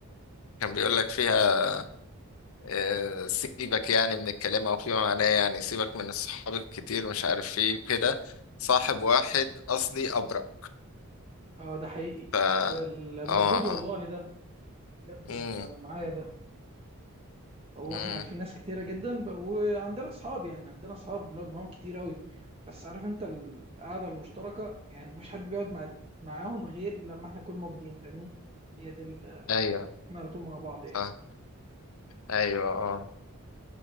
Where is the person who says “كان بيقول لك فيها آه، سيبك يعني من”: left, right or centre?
Left